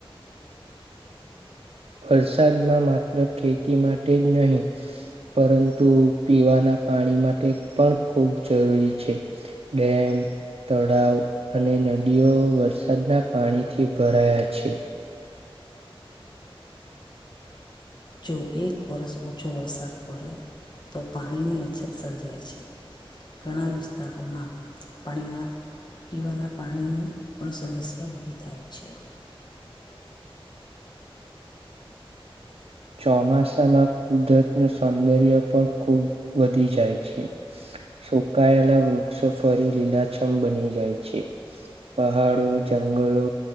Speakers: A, on the right (about 85°); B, on the left (about 50°).
A: વરસાદમાં માત્ર ખેતી માટે જ નહી. પરંતુ પીવાના પાણી માટે પણ ખૂબ જરૂરી છે. ડેમ. તળાવ અને નદીઓ વરસાદના પાણીથી ભરાયા છે.
B: જો એક વરસ ઓછો વરસાદ પડે, તો પાણીની અછત સર્જાય છે. ઘણા વિસ્તારોમાં, પાણીના પીવાના પાણીની પણ સમસ્યા ઊભી થાય છે.
A: ચોમાસામાં કુદરત નું સૌંદર્ય પણ ખુબ વધી જાય છે. સુકાયેલા વૃક્ષો ફરી લીલાછમ બની જાય છે. પહાડો જંગલો